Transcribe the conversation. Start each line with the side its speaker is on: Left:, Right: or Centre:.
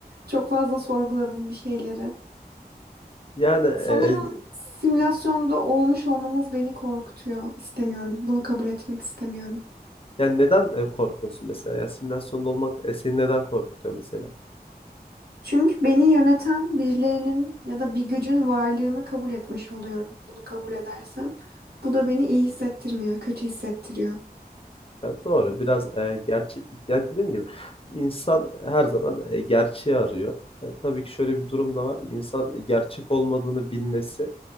Right: çok fazla sorguladım bir şeyleri.
Left: Yani e,
Right: Sanırım simülasyonda olmuş olmamız beni korkutuyor. İstemiyorum. Bunu kabul etmek istemiyorum.
Left: yani neden e, korkuyorsun mesela? Ya simülasyonda olmak e, seni neden korkutuyor mesela?
Right: Çünkü beni yöneten birilerinin ya da bir gücün varlığını kabul etmiş oluyorum. Bunu kabul edersem. Bu da beni iyi hissettirmiyor, kötü hissettiriyor.
Left: Ya doğru. Biraz e, gerçek. Ya dediğim gibi insan her zaman e, gerçeği arıyor. E, tabii ki şöyle bir durum da var. İnsan e, gerçek olmadığını bilmesi